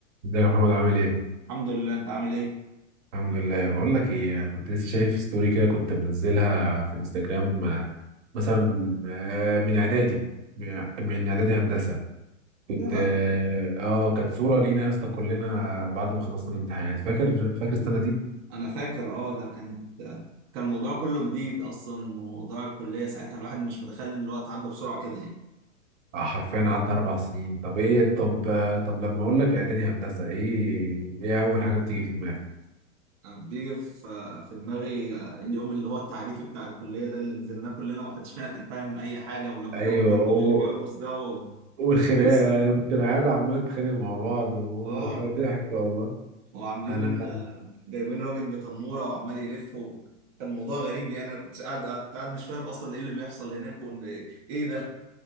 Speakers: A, on the right; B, on the right.
A: ازيك يا محمد عامل ايه؟
B: الحمد لله انت عامل ايه
A: الحمد لله بقول لك ايه انا كنت لسه شايف ستوري كده كنت منزلها في الانستجرام آه، مثلا آه، من اعدادي من اعدادي هندسه كنت
B: يا لهوي
A: اه آه، كانت صوره لينا يا اسطى كلنا بعد ما خلصنا الامتحانات فاكر فاكر السنه دي؟
B: انا فاكر اه ده كانت كان الموضوع كله جديد اصلا وموضوع الكليه ساعتها الواحد مش متخيل ان الوقت عدى بسرعه كده يعني
A: آه، حرفيا عدى اربع سنين طب ايه طب آه، طب لما اقول لك اعدادي هندسه ايه ايه اول حاجه بتيجي في دماغك؟
B: انا بيجي في في دماغي اليوم اللي هو التعريفي بتاع الكليه ده اللي نزلناه كلنا ومحدش فينا كان فاهم اي حاجه ولما
A: ايوه
B: جابوا الدبدوب
A: و-
B: اللي بيرقص ده وكانت
A: والخناقه
B: قصه يعني
A: كنا عيال عماله تتخانق مع بعض وضحك
B: اه
A: والله
B: وعاملين
A: انا
B: جايبين راجل بتنوره وعمال يلف و... كان موضوع غريب يعني انا كنت قاعد كنت قاعد مش فاهم اصلا ايه اللي بيحصل هناك وان ايه ده